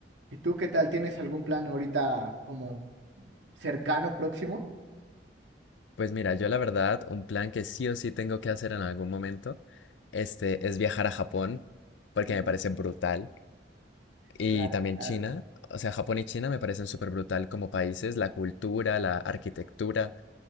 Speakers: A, on the right; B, on the left.
A: ¿Y tú qué tal? ¿Tienes algún plan ahorita como cercano, próximo?
B: Pues mira, yo la verdad, un plan que sí o sí tengo que hacer en algún momento, este, es viajar a Japón, porque
A: Uh,
B: me parece brutal, y
A: claro,
B: también
A: claro.
B: China, o sea, Japón y China me parecen súper brutal como países, la cultura, la arquitectura,